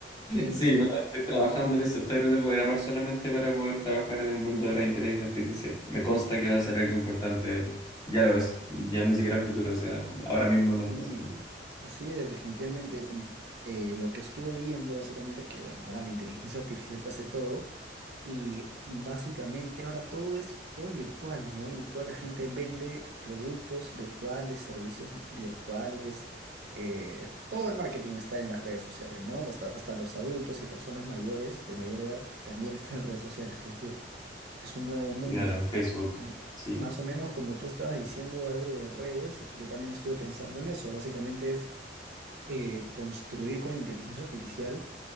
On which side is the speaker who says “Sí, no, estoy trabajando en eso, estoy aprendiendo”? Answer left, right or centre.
Left